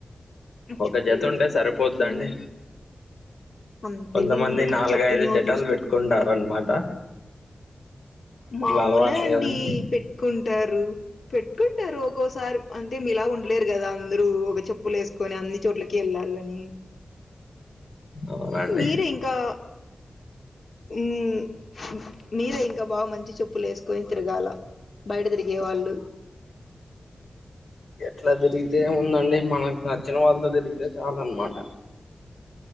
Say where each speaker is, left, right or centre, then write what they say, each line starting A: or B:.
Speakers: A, on the left (about 60°); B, on the left (about 80°).
A: నాకు
B: ఒక
A: చెప్పులు
B: జత
A: లేదు
B: ఉంటే సరిపోద్దాండి
A: ఓకే అండి అంతేలేండి
B: కొంతమంది నాలుగైదు
A: చెప్పుల్ని ఎవరు
B: జతలు
A: చూస్తారు
B: పెట్టుకుంటారు అనమాట
A: మామూలే
B: అలవాటు లేదండి
A: అండి పెట్టుకుంటారు పెట్టుకుంటారు ఒక్కోసారి అంతే మీలా గ లేరు కదా అందరూ ఒక చెప్పులు ఏసుకొని అన్ని చోట్లకి వెళ్ళాలని
B: అవునండి
A: మీరే ఇంకాఎ మ్ మీరే ఇంకా బా మంచి చెప్పులు ఏసుకొని తిరగాల బయట తిరిగే వాళ్ళు
B: ఎట్లా తిరిగితే ఏం ఉందండి మనకు నచ్చిన వాళ్ళతో తిరిగితే చాలన్నమాట